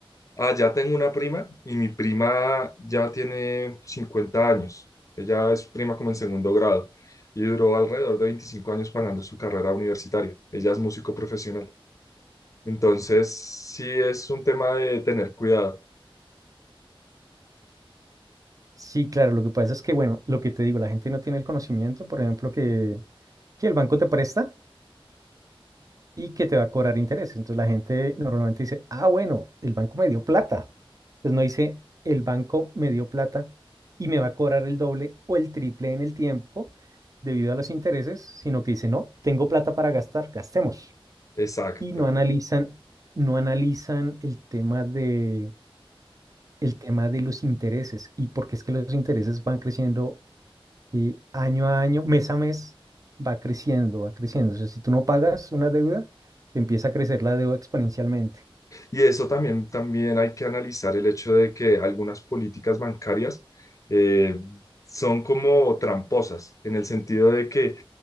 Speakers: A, on the left; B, on the right.
A: allá tengo una prima y mi prima ya tiene 50 años. Ella es prima como en segundo grado y duró alrededor de 25 años pagando su carrera universitaria. Ella es músico profesional. Entonces, sí es un tema de tener cuidado.
B: Sí, claro, lo que pasa es que, bueno, lo que te digo, la gente no tiene el conocimiento, por ejemplo, que, que el banco te presta y que te va a cobrar interés. Entonces la gente normalmente dice, ah, bueno, el banco me dio plata. Pues no dice, el banco me dio plata y me va a cobrar el doble o el triple en el tiempo debido a los intereses, sino que dice, no, tengo plata para gastar, gastemos.
A: Exacto.
B: Y no analizan, no analizan el tema de, el tema de los intereses y porque es que los intereses van creciendo Y año a año, mes a mes, va creciendo, va creciendo. O sea, si tú no pagas una deuda, empieza a crecer la deuda exponencialmente.
A: Y eso también, también hay que analizar el hecho de que algunas políticas bancarias eh, son como tramposas, en el sentido de que